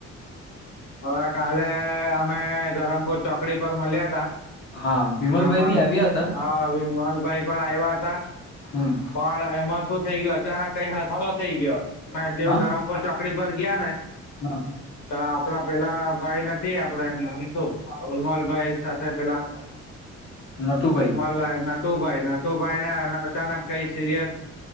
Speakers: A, on the left; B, on the left.
A: હવે કાલે અમે ધરમપુર ચોકડી પર મલ્યા તા
B: હા વિમલભાઈ
A: હમાન
B: બી આવ્યા હતા
A: હા વિમલભાઈ પણ આવ્યા હતા,
B: હમ
A: પણ એમાં શું થઇ ગયો અચાનક કઈ હાદસો થઇ ગયો મે જેવું
B: હા
A: ધરમપુર ચૌ કળિ પર ગિયા ને
B: <unintelligible>
A: તો આપડા પેલા ભાઈ નથી આપડા એનું નામ શું રમાલ ભાઈ સાથે પેલા
B: નટુભાઈ
A: મલાય નાટુભાઈ નાટુભાઈ ના અચાનક કઈ સિરિયસ